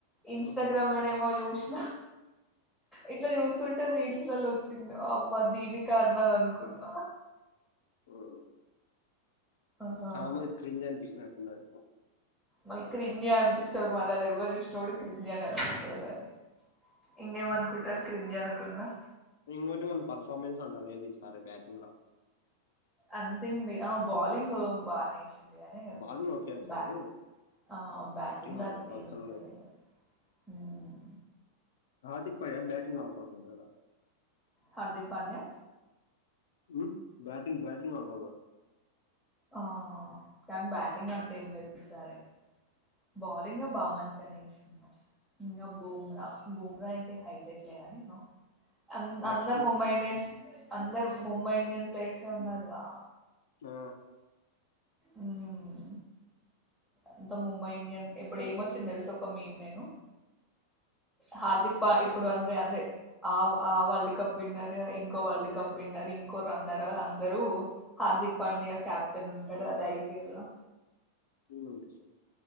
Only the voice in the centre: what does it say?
ఇన్స్టాగ్రామ్
లో చుష్ ఇట్లు చుస్ స్తుంటే నీల్స్ లలో వచ్చింది మ దీనిక అన్నది అనుకుం న్న
ఆ
మళ్ళీ క్రింజి అనిపిస్తుంది మరి అది ఎవ్వరు చూసినాప్పుడు క్రింజి అని అనిపిస్తుంది దాన్ని ఇంకేమ అనుకుంటారు క్రింజి అనకుండా
అంతేంది ఆ బౌలింగ్ బానే ఇష్ట ఉంది కానీ
బ
ఆ బ్యాటింగ్ లాంటి
ఎమ్ లేధు
అండీ ఉమ్
హార్దక్ పాండయా
ఆ కానీ బ్యాటింగ్ అంత ఏం లే సరే బౌలింగ్ బాగా మంచి అనే ఇసా ఇంకా బూమ్రా బూమ్రా అయితే హైలైట్లే నిక అ
అందరు ముంబై ఇండియన్స్ అందరు ముంబై ఇండియన్ ప్లేయర్స్ ఉన్నారుగా
ఉమ్ అంత ముంబై ఇండియన్ ఇప్పుడు ఏమొచ్చింది తెలుస ఒక ఒక మేం నేను హార్దిక్ ఇప్పుడు అంటే అంతే ఆ ఆ వరల్డ్ కప్ విన్నర్ ఇంకో వరల్డ్ కప్ విన్నర్ ఇంకో రన్నర్ అందరూ హార్దిక్ పాండ్యా కెప్టెన్ ఉంటాడు అద ఐపిఎల్ లో